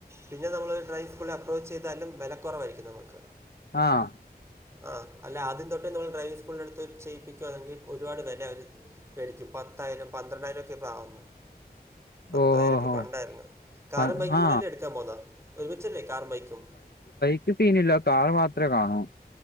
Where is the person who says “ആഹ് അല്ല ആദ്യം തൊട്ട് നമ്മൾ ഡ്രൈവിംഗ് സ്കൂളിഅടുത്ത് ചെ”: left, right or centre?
Right